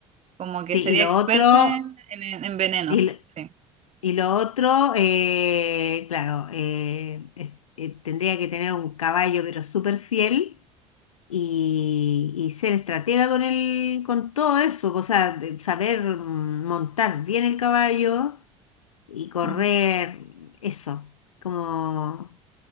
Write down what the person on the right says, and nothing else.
Como
que sería
experta
en, en- en venenos,
sí.
Ujú.